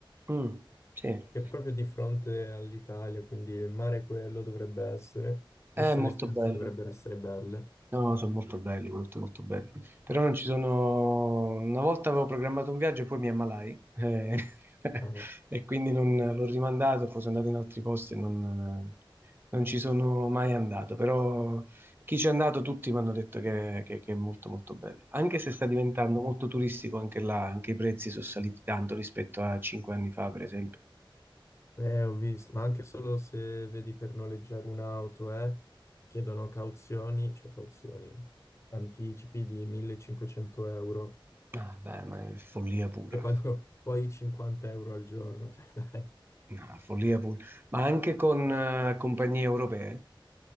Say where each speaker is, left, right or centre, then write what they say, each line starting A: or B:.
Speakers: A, on the right; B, on the left.
A: Mm, sì,
B: che è proprio di fronte all'Italia, quindi il mare quello dovrebbe essere,
A: è
B: visto
A: molto
B: le spiagge
A: bello.
B: dovrebbero essere belle.
A: No, sono molto belli, molto molto belli. Però non ci sono... Una volta avevo programmato un viaggio e poi mi ammalai. eh, <laughs>
B: Ah,
A: e quindi non l'ho rimandato, poi sono andato in altri posti e non, non ci sono mai andato. Però chi ci è andato tutti mi hanno detto che, che- che è molto molto bello. Anche se sta diventando molto turistico anche là, anche i prezzi sono saliti tanto rispetto a cinque anni fa, per esempio.
B: eh, ho visto, ma anche solo se vedi per noleggiare un'auto, eh, chiedono cauzioni, cioè cauzioni, anticipi di 1500 euro
A: Ah, beh, ma è follia pura.
B: e pago <laughs> poi 50 euro al giorno. Cioè, dai.
A: No, follia pura. Ma anche con eh, compagnie europee?